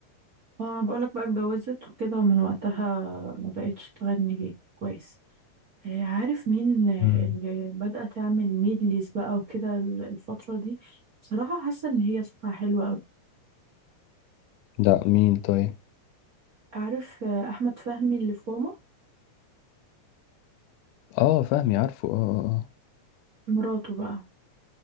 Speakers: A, on the right; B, on the left.
A: اه ما بقولك بقى اتجوزت وكده ومن وقتها ما بقتش تغني كويس آه، عارف مين آه،
B: مم.
A: اللي بدأت تعمل ميدليز بقى وكده الفترة دي بصراحة حاسة إن هي صوتها حلو أوي
B: لا مين طيب
A: عارف آه، أحمد فهمي اللي في ماما
B: اه فهمي عارفه اه اه آه.
A: مراته بقى